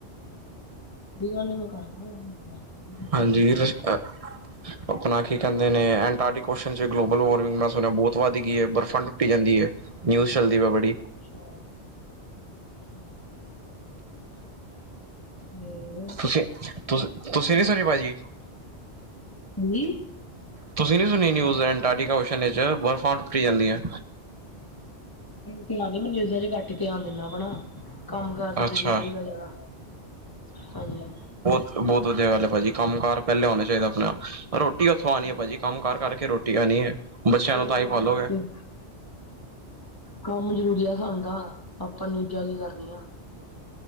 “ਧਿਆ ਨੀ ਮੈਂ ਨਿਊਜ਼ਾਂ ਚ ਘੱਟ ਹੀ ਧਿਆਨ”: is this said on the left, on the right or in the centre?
Left